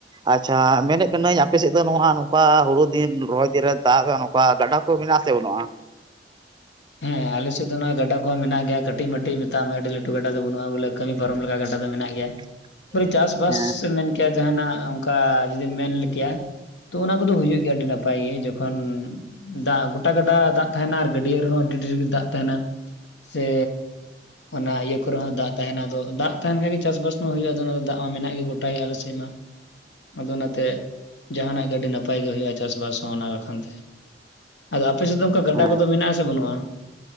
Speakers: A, on the right; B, on the left.
A: ᱟᱪᱪᱷᱟ ᱢᱮᱱᱮᱫ ᱠᱟᱹᱱᱟᱹᱧ ᱟᱯᱮ ᱥᱮᱫ ᱫᱚ ᱱᱚᱶᱟ ᱱᱚᱝᱠᱟ ᱦᱩᱲᱩ ᱫᱤᱱ ᱨᱚᱦᱚᱭ ᱫᱤᱱ ᱨᱮ ᱫᱟᱜᱽ ᱱᱚᱠ ᱚᱠᱟ ᱜᱟᱰᱟ ᱠᱚ ᱢᱮᱱᱟᱜ ᱟᱥᱮ ᱵᱟᱹᱱᱩᱜᱼᱟ?
B: ᱦᱮᱸ ᱟᱞᱮᱥᱮᱫ ᱫᱚ ᱱᱚ ᱜᱟᱰᱟ ᱠᱚᱦᱚᱸ ᱢᱮᱱᱟᱜ ᱜᱮᱭᱟ ᱠᱟᱹᱴᱤᱡ ᱢᱟᱴᱤᱡ ᱢᱮᱛᱟᱜ ᱢᱮ ᱟᱹᱰᱤ ᱞᱟᱹᱴᱩ ᱜᱟᱰᱟ ᱫᱚ ᱵᱟᱹᱱᱩᱜᱼᱟ ᱵᱚᱞᱮ ᱠᱟᱹᱢᱤ ᱯᱟᱨᱚᱢ ᱞᱮᱠᱟ ᱜᱟᱰᱟ ᱫᱚ ᱢᱮᱱᱟᱜ ᱜᱮᱭᱟ᱾
A: <inaudible>
B: ᱯᱚᱨᱮ ᱪᱟᱥᱵᱟᱥ
A: ᱦᱮᱸ
B: ᱢᱮᱱ ᱠᱮᱭᱟ ᱡᱟᱦᱟᱱᱟᱜ ᱚᱝᱠᱟ ᱡᱚᱫᱤᱢ ᱢᱮᱱ ᱠᱮᱭᱟ᱾ ᱛᱚ ᱚᱱᱟ ᱠᱚᱫᱚ ᱦᱩᱭᱩᱜ ᱜᱮᱭᱟ ᱟᱹᱰᱤ ᱱᱟᱯᱟᱭ ᱜᱮ, ᱡᱚᱠᱷᱚᱱ ᱫᱟᱜ ᱜᱚᱴᱟ ᱜᱟᱰᱟ ᱫᱟᱜ ᱛᱟᱦᱮᱱᱟ ᱟᱨ ᱜᱟᱹᱰᱤᱭᱟᱹ ᱨᱮᱦᱚᱸ ᱟᱹᱰᱤ ᱰᱷᱮᱨ ᱜᱮ ᱫᱟᱜ ᱛᱟᱦᱮᱱᱟ᱾ ᱥᱮ ᱚᱱᱟ ᱤᱭᱟᱹ ᱠᱚᱨᱮ ᱦᱚᱸ ᱫᱟᱜ ᱛᱟᱦᱮᱱᱟ ᱟᱫᱚ ᱫᱟᱜ ᱛᱟᱦᱮᱱ ᱠᱷᱟᱱ ᱜᱮ ᱪᱟᱥᱵᱟᱥ ᱢᱟ ᱦᱩᱭᱩᱜᱼᱟ ᱟᱫᱚ ᱚᱱᱟ ᱫᱚ ᱫᱟᱜ ᱢᱟ ᱢᱮᱱᱟᱜ ᱜᱮ ᱜᱚᱴᱟ ᱜᱮ ᱟᱞᱮ ᱥᱮᱜ ᱢᱟ᱾ ᱟᱫᱚ ᱚᱱᱟᱛᱮ ᱡᱟᱦᱟᱱᱟᱜ ᱜᱮ ᱟᱹᱰᱤ ᱱᱟᱯᱟᱭ ᱜᱮ ᱦᱩᱭᱩᱜᱼᱟ ᱪᱟᱥᱵᱟᱥ ᱦᱚᱸ ᱚᱱᱟ ᱵᱟᱠᱷᱟᱱ ᱛᱮ᱾ ᱟᱫᱚ ᱟᱯᱮ ᱥᱮᱫ ᱫᱚ ᱚᱱᱠᱟ ᱜᱟᱰᱟ
A: ᱦᱮᱸ
B: ᱠᱚᱫᱚ ᱢᱮᱱᱟᱜᱼᱟ ᱟᱥᱮ ᱵᱟᱹᱱᱩᱜᱼᱟ?